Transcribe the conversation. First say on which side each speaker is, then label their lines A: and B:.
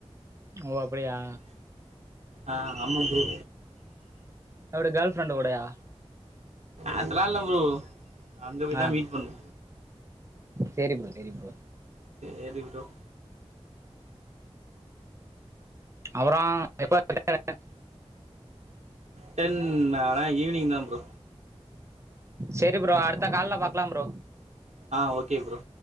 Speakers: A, on the right (about 25°); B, on the right (about 85°).
A: ஓ அப்படியா
B: ஆ ஆமா புரோ
A: எப்படி கேர்ள் ஃப்ரண்ட் கூட யா
B: அதலா இல்ல ப்ரோ அங்க போய்
A: ஆ
B: தா மீட் பண்ணு
A: சேரி ப்ரோ சேரி ப்ரோ
B: சேரி ப்ரோ
A: அப்பறோ <unintelligible>
B: டென் ஆனா ஈவ்னிங் தா ப்ரோ
A: செரி ப்ரோ அடுத்த கால்ல பாக்லா ப்ரோ
B: ஆ ஓகே ப்ரோ